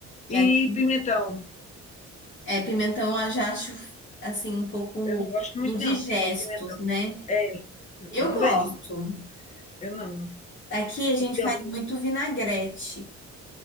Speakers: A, on the left (about 40°); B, on the left (about 25°).
A: E
B: E
A: aqui,
B: pimentão.
A: é, pimentão eu já acho assim um pouco
B: Eu não gosto muito,
A: indigestos,
B: não. Pimentão.
A: né?
B: É, eu
A: Eu
B: também.
A: gosto.
B: Eu não.
A: Aqui a gente
B: Não a
A: faz
B: gente
A: muito vinagrete.